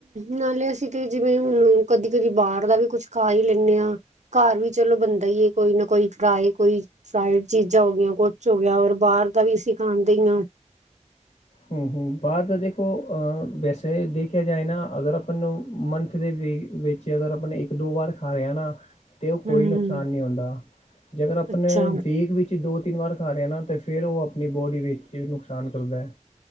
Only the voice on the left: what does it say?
ਹੂੰ, ਹੂੰ ਬਾਰ ਦਾ ਦੇਖੋ ਅ ਵੈਸੇ ਦੇਖੇਆ ਜਾਏ ਨਾ ਅਗਰ ਅਪਾਂ ਨੂੰ ਮੰਥ ਦੇ ਵਿ ਵਿੱਚ ਤੇ ਅਗਰ ਅਪਨੇ ਇੱਕ-ਦੋ ਵਾਰ ਖਾਏਆ ਨਾ ਤੇ ਓ ਕੋਈ
ਨੁਕਸਾਨ ਨੀ ਹੁੰਦਾ, ਜੇਕਰ ਅਪਨੂ
ਵੀਕ ਵਿੱਚ ਦੋ ਤਿੰਨ ਵਾਰ ਖਾ ਰੇਆ ਨਾ ਤੇ ਫਿਰ ਓ ਅਪਨੀ ਬੋਡੀ ਵਿੱਚ ਨੁਕਸਾਨ ਕਰਦੈ।